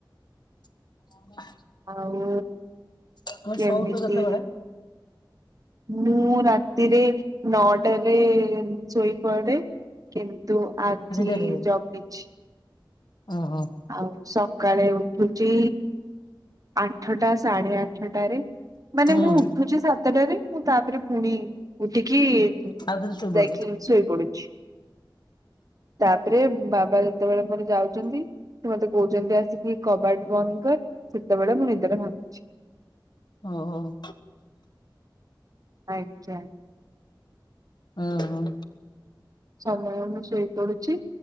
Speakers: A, on the left; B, on the right.
A: <unintelligible>
B: ଆଉ
A: ତମେ
B: କେମିତି
A: ଶୋଉଛ କେତେବେଳେ
B: ମୁଁ ରାତିରେ ନଅଟାରେ ଶୋଇପଡେ କିନ୍ତୁ ଆଜି
A: ଡେରି ହେଇଛି
B: ଜଗିଛି।
A: ଓହୋ
B: ଆଉ ସକାଳେ ଉଠୁଚି ଆଠଟା ସାଢେ ଆଠଟାରେ ମାନେ
A: ହୁଁ
B: ମୁଁ ଉଠୁଛି ସାତଟାରେ ଉଠେ ମୁଁ ତାପରେ ପୁଣି ଉଠିକି ଯାଇକି
A: ଆଉ ଥରେ ଶୋଇପଡୁଛ
B: ଶୋଇ ପଡୁଛି। ତାପରେ ବାବା ଯେତେବେଳେ ମୋର ଯାଉଚନ୍ତି ସେ ମତେ କହୁଛନ୍ତି ଆସିକି କବାଟ ବନ୍ଦ କର ସେତେବେଳେ ମୋ ନିଦଟା ଭାଙ୍ଗୁଚି।
A: ହଉ ହଉ।
B: ଆଚ୍ଛା।
A: ଅ ହଁ।
B: ସମୟ ମୁଁ ଶୋଇପଡୁଛି